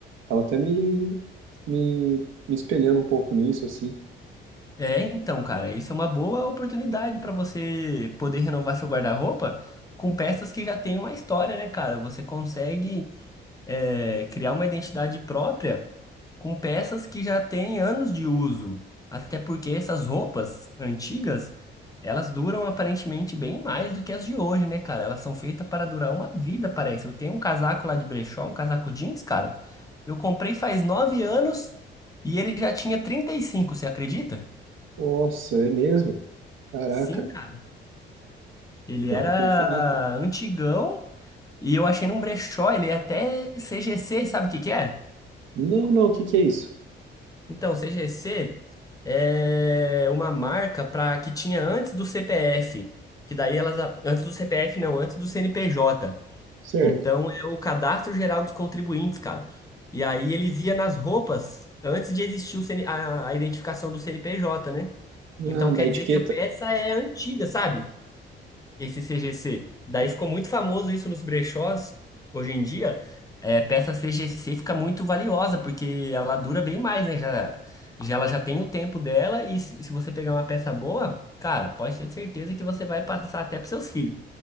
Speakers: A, on the right; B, on the left.
A: Tava até me, me, me espelhando um pouco nisso, assim.
B: É, então, cara, isso é uma boa oportunidade pra você poder renovar seu guarda-roupa com peças que já têm uma história, né, cara? Você consegue, é, criar uma identidade própria com peças que já têm anos de uso. Até porque essas roupas antigas, elas duram aparentemente bem mais do que as de hoje, né, cara? Elas são feitas para durar uma vida, parece. Eu tenho um casaco lá de brechó, um casaco jeans, cara. Eu comprei faz nove anos e ele já tinha trinta e cinco você acredita?
A: Nossa, é mesmo? Caraca,
B: Sim, cara. Ele era
A: a roupa é infinita.
B: antigão e eu achei num brechó, ele é até CGC, sabe o que que é?
A: Não, não, o que que é isso?
B: Então, CGC é uma marca para que tinha antes do CPF, que daí elas a- antes do CPF não, antes do CNPJ.
A: Certo.
B: Então é o Cadastro Geral dos Contribuintes, cara. E aí eles iam nas roupas antes de existir o CN a, a identificação do CNPJ, né?
A: Ah,
B: Então
A: na
B: quer
A: etiqueta.
B: dizer que a peça é antiga, sabe? esse CGC. Daí ficou muito famoso isso nos brechós. Hoje em dia, é, peça CGC fica muito valiosa, porque ela dura bem mais, né? Já, já ela já tem o tempo dela, e se, se você pegar uma peça boa, cara, pode ter certeza que você vai passar até pros seus filhos.